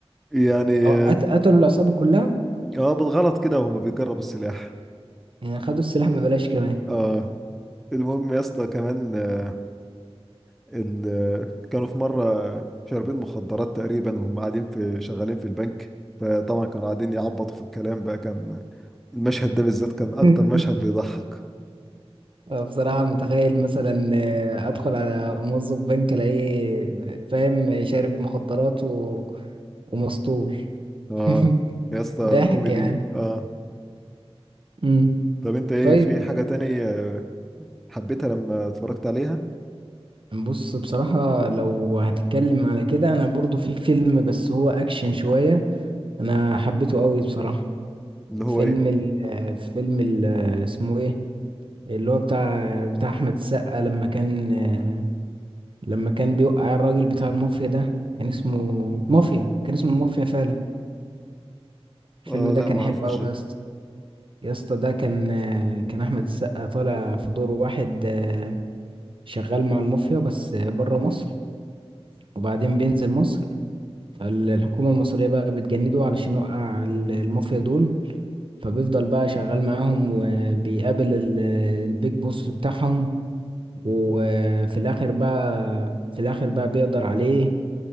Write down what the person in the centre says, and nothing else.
يعني
اه بالغلط كده وهم بيجربوا السلاح
اه المهم يا اسطى كمان آه، ال... آه، كانوا في مره شاربين مخدرات تقريبا وهم قاعدين في شغالين في البنك فطبعا كانوا قاعدين يعبطوا في الكلام بقى كان المشهد ده بالذات كان اكتر
مشهد بيضحك
اه
يا اسطى
كوميدي
اه
طب انت ايه
في حاجة تاني آه، حبيتها لما اتفرجت عليها
اللي هو
ايه
اه
لا
ما اعرفوش
ده